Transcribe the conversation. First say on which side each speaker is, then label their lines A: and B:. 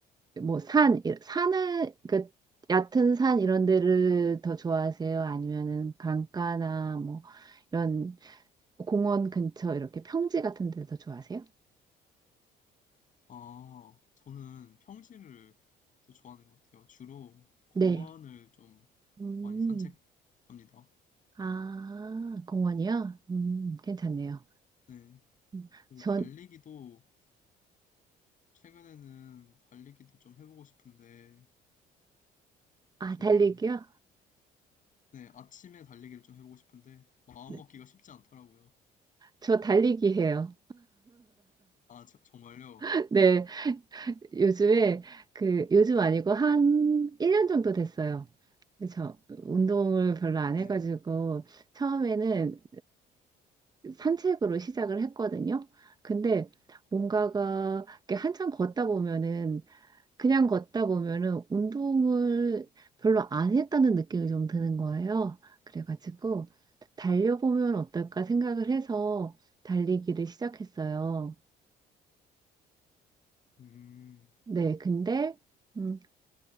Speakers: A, on the right; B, on the left.
A: 뭐 산, 이- 산을, 그, 얕은 산 이런 데를 더 좋아하세요? 아니면은 강가나 뭐, 이런 공원 근처 이렇게 평지 같은 데를 더 좋아하세요?
B: 아 저는 평지를 더 좋아하는 것 같아요. 주로 공원을
A: 네.
B: 좀
A: 음,
B: 많이 산책합니다.
A: 아, 공원이요? 음, 괜찮네요.
B: 네
A: 음,
B: 그리고
A: 전,
B: 달리기도 최근에는 달리기도 좀 해보고 싶은데
A: 아,
B: 좀
A: 달리기요?
B: 네 아침에 달리기를 좀 해보고 싶은데 마음먹기가
A: 네,
B: 쉽지 않더라고요.
A: 저 달리기 해요.
B: 아 저- 정말요?
A: <laughs> 네, 요즘에 그 요즘 아니고 한 1년 정도 됐어요. 저 운동을 별로 안
B: 네.
A: 해가지고 처음에는 산책으로 시작을 했거든요. 근데 뭔가가 이렇게 한참 걷다 보면은 그냥 걷다 보면은 운동을 별로 안 했다는 느낌이 좀 드는 거예요. 그래가지고 달려보면 어떨까 생각을 해서 달리기를 시작했어요.
B: 음.
A: 네, 근데 음,